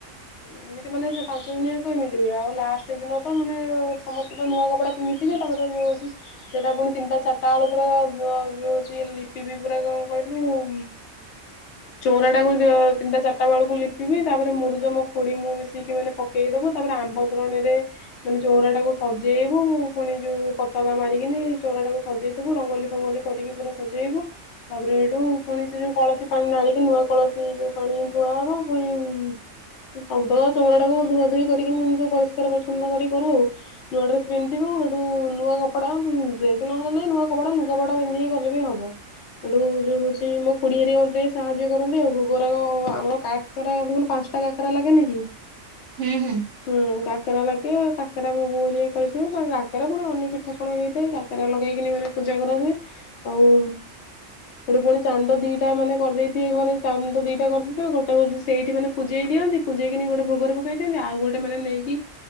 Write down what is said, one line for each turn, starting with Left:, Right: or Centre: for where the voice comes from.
Left: ଏମିତି ମାନେ ସେ ପାଞ୍ଚ ଦିନିଆକ ଏମିତି ହୁଏ ଆଉ ଲାଷ୍ଟ ଦିନ ତ ମାନେ ସମସ୍ତେ ତ ନୂଆ କପଡା ପିନ୍ଧିଥିବେ ତାପର ଯଦି ସେଇଟା ପୁଣି ତିନିଟା ଚାରିଟା ବେଳେ ପୁରା ଯୋଉ ହଉଛି ଲିପିବିି ପୁରା କଣ କହିଲୁ
Right: ହ
Left: ଚଉରା ଟାକୁ ତିନିଟା ଚାରିଟା ବେଳକୁ ଲିପିବି ତାପରେ ମୁରୁଜ ମୋ ଖୁଡି ମୁଁ ମିଶିକି ମାନେ ପକ ପକେଇଦବୁ ତାପରେ ଆମ୍ବ ତୋରଣୀରେ ମାନେ ଚଉରା ଟାକୁ ସଜେଇବୁ ପୁଣି ଯୋଉ ପତାକା ମାରିକିନି ଚଉରା ଟାକୁ ସଜେଇଦବୁ ରଙ୍ଗୋଲି ଫଙ୍ଗୋଲି କରିକି ପୁରା ସଜେଇବୁ। ତାପରେ ହେଠୁ ପୁଣି ସେ ଯୋଉ କଳସୀ ପାଣି ଢାଳିକି ନୂଆ କଳସୀ ଯୋଉ ପାଣି ଥୁଆ ହବ ପୁଣି ସବୁତକ ଚଉରା ଟାକୁ ଧୁଆ ଧୁଇ କରିକି ମ ସବୁ ପରିଷ୍କାର ପରି୍ଛନ କରିକି କରିବୁ ଆଉ। ନୂଆ ଡ୍ରେସ ପିନ୍ଧିଥିବୁ ହେଠୁ ନୂଆ କପଡା ଡ୍ରେ ନହଲେ ନାଇଁ ନୂଆ କପଡା ଲୁଗା ପଟା ପନ୍ଧିକି କଲେ ବି ହବ। ହେଠୁ ଯୋଉ ହଉଛି ମୋ ଖୁଡୀ ହେରିକା ମୋତେ ଟିକେ ସାହାଯ୍ୟ କରନ୍ତି ଆଉ ଭୋଗରାକ ଆମର କା କକେରା ଦେଖୁନୁ ପାଞ୍ଚଟା କାକେରା ଲାଗେନି କି?
Right: ହୁଁ ହୁଁ।
Left: ହୁଁ କାକେରା ଲାଗେ କାକେରା ଭୋଗ ଘରିକା କରିଦିଏ। କାକେରା ପୁଣି ଅନ୍ୟ ପିଠା କଣ ହେଇଥାଏ କା କାରା ଲଗେଇକିନି ମାନେ ପୂଜା କରାହୁଏ ଆଉ ସେଠୁ ଫୁଣି ଚାନ୍ଦ ଦିଇଟା ମାନେ କରିଦେଇଥିବେ ଘରେ। ଚାନ୍ଦ ଦିଇଟା କରିଦେଇଥିବେ ଗୋଟେ ବୋଧେ ସେଇଠି ମାନେ ପୂଜେଇ ଦିଅନ୍ତି ପୂଜେଇକିନି ଗୋଟେ ଭୋଗର ପକେଇ ଦିଅନ୍ତି ଆଉ ଗୋଟେ ମାନେ ନେଇକି